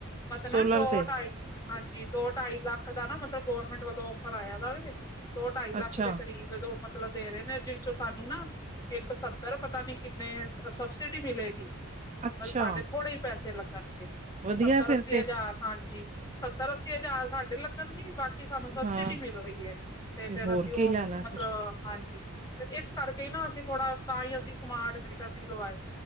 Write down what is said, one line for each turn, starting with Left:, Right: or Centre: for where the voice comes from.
Left: ਮਤਲਬ
Right: ਸੋਲਰ
Left: ਨਾ ਦੋ,
Right: ਤੇ
Left: ਢਾਈ ਹਾਂਜੀ ਦੋ, ਢਾਈ ਲੱਖ ਦਾ ਨਾ ਮਤਲਬ ਗੋੌਰਮੈਂਟ ਵੱਲੋਂ ਔਫਰ ਆਏਆ ਦਾ ਵੇ। ਦੋ, ਢਾਈ ਲੱਖ
Right: ਅੱਛਾ,
Left: ਦੇ ਕਰੀਬ ਮਤਲਬ ਦੇ ਰੇ ਨੇ, ਜਿਦੇ ਚੋਂ ਸਾਨੂੰ ਨਾ ਇੱਕ ਸੱਤਰ ਪਤਾ ਨੀ ਕਿਨੇ ਸਬਸਿਡੀ ਮਿਲੇਗੀ। ਮਤਲਬ
Right: ਅੱਛਾ
Left: ਸਾਡੇ ਥੋੜੇ ਈ ਪੈਸੇ ਲੱਗਣਗੇ,
Right: ਵਧੀਆ
Left: ਸੱਤਰ,
Right: ਫੇਰ
Left: ਅੱਸੀ
Right: ਤੇ
Left: ਹਜਾਰ ਹਾਂਜੀ, ਸੱਤਰ-ਅੱਸੀ ਹਜਾਰ ਸਾਡੇ ਲੱਗਣਗੇ ਬਾਕੀ ਸਾਨੂੰ ਸਬਸਿਡੀ
Right: ਹਾਂ,
Left: ਮਿਲ ਰਈ ਏ ਤੇ ਫੇਰ
Right: ਹੋਰ
Left: ਅਸੀ ੳਹ
Right: ਕੀ ਲੈਣਾ
Left: ਮਤਲਬ
Right: ਫਿਰ।
Left: ਹਾਂਜੀ ਤੇ ਏਸ ਕਰਕੇ ਈ ਨਾ ਅਸੀ ਥੋੜਾ ਤਾਂਈ ਅਸੀ ਸਮਾਰਟ ਮੀਟਰ ਨਈ ਲਵਾਏ।